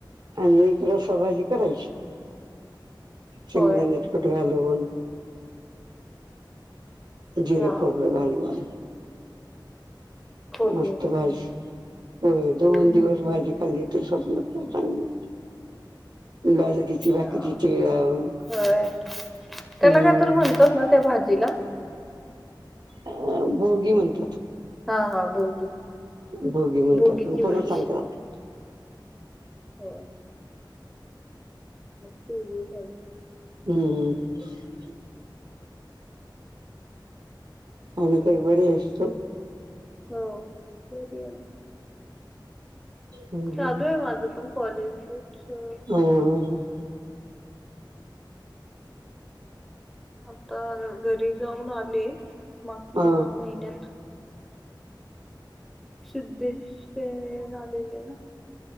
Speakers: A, on the right (about 55°); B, in the centre.
A: आणि एक रसा भाजी करायची शंगदान्याच.
B: होय
A: पट घालून जीरे
B: हा
A: खोब घालून.
B: फोडणी
A: मस्त भाजी होय दोन
B: हम्म
A: दिवस भाजी खाल्ली ते स्वप्नत चांगली. बाजरीची भाकरी
B: हा
A: तीळ लावून.
B: होय त्याला
A: हम्म
B: काय तर म्हणतात ना त्या भाजीला.
A: अ भोगी म्हणतात.
B: हा हा भोगी
A: भोगी म्हणतात
B: बोगीची
A: पण पुन्हा
B: भाजी.
A: संक्रांत
B: होय मग तेगळ काही.
A: हम्म हम्म. आणि काय बरी आहेस तू.
B: हो बरी आहे
A: हम्म
B: चालू आहे माझं पण कॉलेज <unintelligible>
A: ह
B: आता घरी जाऊन आले मागच्या
A: हा हा
B: महिन्यात. सिद्धेश तेना लेले ना.